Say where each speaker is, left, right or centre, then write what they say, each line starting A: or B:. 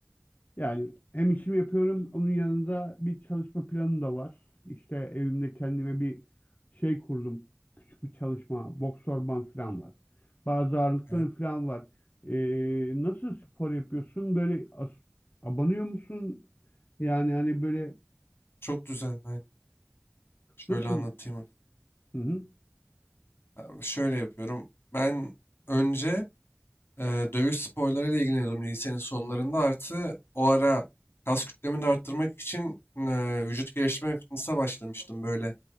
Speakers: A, on the left; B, on the left.
A: yani hem işimi yapıyorum. Onun yanında bir çalışma planım da var. İşte evimde kendime bir şey kurdum. Küçük bir çalışma, boks orman falan var. Bazı ağırlıkların
B: Evet,
A: falan var. Ee, nasıl spor yapıyorsun? Böyle as- abanıyor musun? Yani hani böyle
B: çok düzenli aynı. Şöyle
A: nasıl?
B: anlatayım.
A: Hı hı.
B: Abi şöyle yapıyorum. Ben önce e, dövüş sporlarıyla ilgileniyordum lisenin sonlarında. Artı o ara kas kütlemi de arttırmak için e, vücut geliştirme ve fitness'a başlamıştım. Böyle